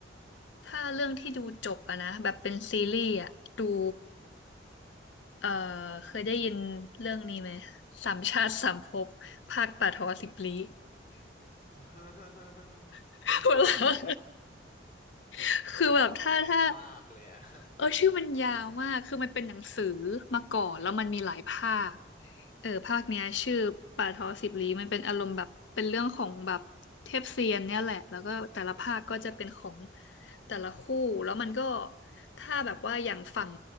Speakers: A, on the left; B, on the left.
A: ถ้าเรื่องที่ดูจบอะนะแบบเป็นซีรีส์อะดูเอ่อเคยได้ยินเรื่องนี้ไหมสามชาติสามภพภาคป่าทอสิบลี้
B: <laughs>
A: <laughs>
B: ไม่เคยอ่ะ
A: หัวเราะ <laughs> คือแบบถ้าถ้า
B: <laughs> แปลกมากเลยอ่ะ <laughs>
A: เออชื่อมันยาวมาก คือมันเป็นหนังสือมาก่อนแล้วมันมีหลายภาคเออภาคเนี้ยชื่อป่าทอสิบลี้มันเป็นอารมณ์แบบเป็นเรื่องของแบบเทพเซียนเนี่ยแหละ
B: อืม
A: แล้วก็แต่ละภาคก็จะเป็นของแต่ละคู่ แล้วมันก็ถ้าแบบว่าอย่างฝั่ง